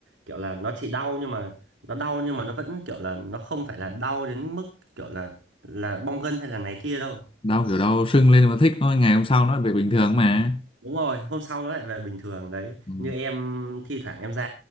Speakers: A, on the right; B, on the left.
A: kiểu là nó chỉ đau nhưng mà nó đau nhưng mà nó vẫn kiểu là nó không phải là đau đến mức kiểu là là bong gân hay là này kia đâu
B: đau kiểu đau sưng lên mà thích thôi ngày hôm sau nó lại về bình thường mà
A: đúng rồi hôm sau nó lại về bình thường đấy
B: ừ.
A: như em thi thoảng em ra